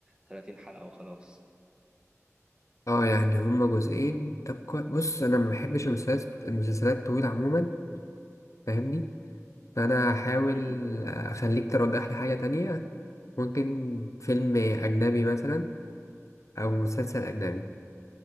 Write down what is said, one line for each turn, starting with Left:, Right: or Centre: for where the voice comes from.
Right: 30 حلقة وخلاص
Left: اه يعني هما جزئين طب كوي- بص انا ما بحبش المسلسلات المسلسلات الطويله عموما فاهمني فانا هحاول
Right: مم.
Left: اخليك ترجح لي حاجة تانية ممكن فيلم اجنبي مثلا او مسلسل اجنبي